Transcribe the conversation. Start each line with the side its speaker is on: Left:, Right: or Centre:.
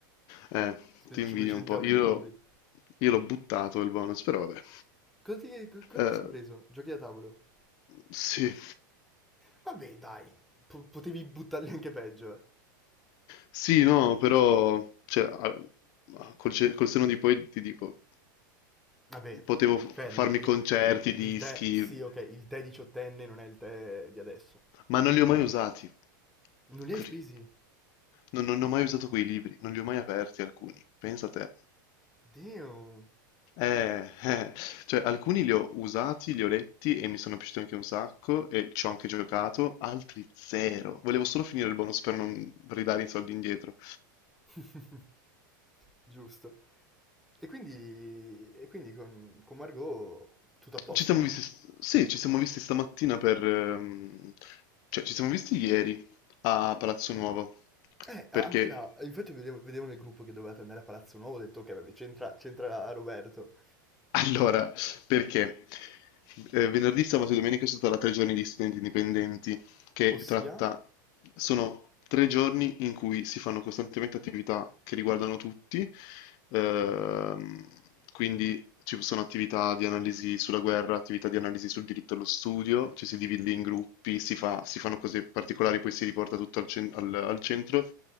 Left: Eh,
Centre: speso
Left: ti invidio
Centre: 500
Left: un po'.
Centre: euro
Left: Io,
Centre: in libri.
Left: io l'ho buttato il bonus, però vabbè.
Centre: Cosa ti, co- cosa
Left: Eh,
Centre: ti sei preso? Giochi da tavolo?
Left: sì,
Centre: Vabbè, dai, po- potevi buttarli anche peggio, eh.
Left: sì, no, però cioè, a- a- col, ce- col senno di poi ti dico,
Centre: Vabbè,
Left: potevo f-
Centre: fermo.
Left: farmi
Centre: Il,
Left: concerti, dischi,
Centre: il tè, sì, ok, il tè diciottenne non è il tè di adesso.
Left: ma non li ho mai usati.
Centre: Non li hai
Left: Cri-
Centre: spesi?
Left: Non, non ho mai usato quei libri, non li ho mai aperti alcuni. Pensa a te.
Centre: Damn.
Left: Eh, eh, cioè alcuni li ho usati, li ho letti e mi sono piaciuti anche un sacco e ci ho anche giocato, altri zero. Volevo solo finire il bonus per non ridare i soldi indietro.
Centre: <laughs> Giusto. E quindi, e quindi con, con Margot tutto a posto.
Left: Ci siamo visti, sì, ci siamo visti stamattina per, ehm, cioè ci siamo visti ieri a Palazzo Nuovo,
Centre: Eh,
Left: perché
Centre: anche là, infatti vedevo, vedevo nel gruppo che dovevate andare a Palazzo Nuovo, ho detto ok, vabbè, c'entra c'entra Roberto.
Left: Allora, perché eh, venerdì, sabato e domenica ci sarà tre giorni di studenti indipendenti, che
Centre: Ossia,
Left: tratta, sono tre giorni in cui si fanno costantemente attività che riguardano tutti, ehm, quindi ci sono attività di analisi sulla guerra, attività di analisi sul diritto allo studio, ci si divide in gruppi, si fa- si fanno cose particolari, poi si riporta tutto al cen- al- al centro